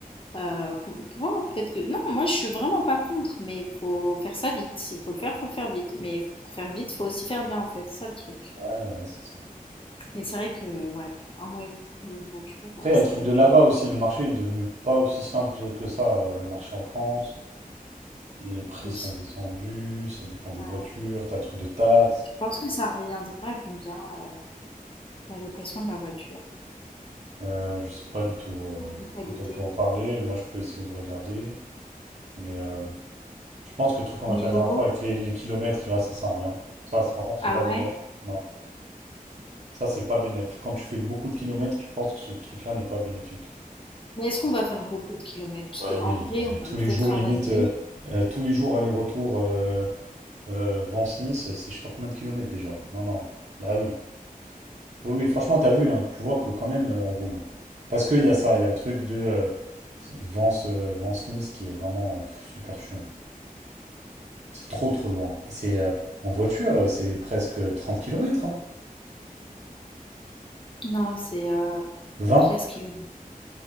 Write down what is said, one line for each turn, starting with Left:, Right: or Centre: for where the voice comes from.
Left: Euh, qu'on- voir, peut-être que... Non, moi je suis vraiment pas contre, mais il faut faire ça vite. S'il faut le faire, faut le faire vite. Mais pour faire vite, faut aussi faire bien en fait, c'est ça le truc.
Right: Ouais, ouais, ouais, c'est ça.
Left: Mais c'est vrai que ouais, pour un mois et demi en voiture,
Right: Après,
Left: euh,
Right: il
Left: ça
Right: y a le truc
Left: va
Right: de
Left: être
Right: là-bas
Left: dur
Right: aussi. Le marché est devenu pas aussi simple que ça, euh, le marché en France. Les prix
Left: aussi.
Right: sont descendus, ça dépend des
Left: Ouais.
Right: voitures. T'as le truc de taxes.
Left: Je pense que ça reviendra à combien euh, la location de la voiture
Right: Euh, je sais pas du tout. euh,
Left: en totalité?
Right: écoute, on peut en parler. Moi, je peux essayer de regarder. Mais euh, je pense que le truc qu'on
Left: mille
Right: a fait la dernière
Left: euros?
Right: fois avec les, les kilomètres, là, ça sert à rien. Ça, c'est- par contre,
Left: Ah
Right: c'est pas
Left: ouais?
Right: bénéf. Non, ça, c'est pas bénéf. Quand tu fais beaucoup de kilomètres, je pense que ce truc-là n'est pas bénéfique.
Left: Mais est-ce qu'on va faire beaucoup de kilomètres? Parce
Right: Bah
Left: qu'en
Right: oui,
Left: vrai,
Right: euh,
Left: on va
Right: tous
Left: rester
Right: les jours,
Left: travailler.
Right: limite, euh, euh, tous les jours aller-retour euh, euh, Vence-Nice, c'est je sais pas combien de kilomètres déjà. Non, non. Bah oui. Oui, oui, franchement, t'as vu, hein, tu vois que quand même, euh, on roule. hein. Parce qu'il y a ça, il y a le truc de euh, Vence, euh, Vence-Nice qui est vraiment euh, super chiant. C'est trop, trop loin. Et c'est euh, en voiture, euh, c'est presque trente kilomètres hein.
Left: Non, c'est euh,
Right: 20?
Left: 13 kilomètres.